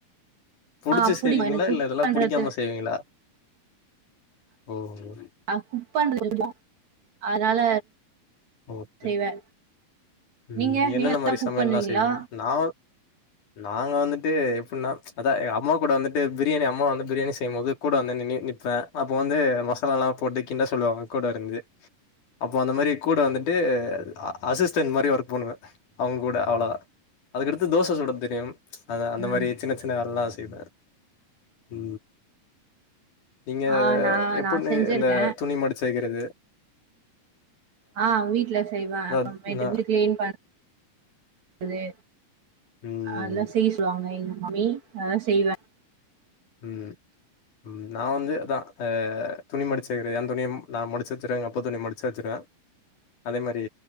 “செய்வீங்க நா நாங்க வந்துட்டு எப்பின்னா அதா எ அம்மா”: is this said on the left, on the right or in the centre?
Left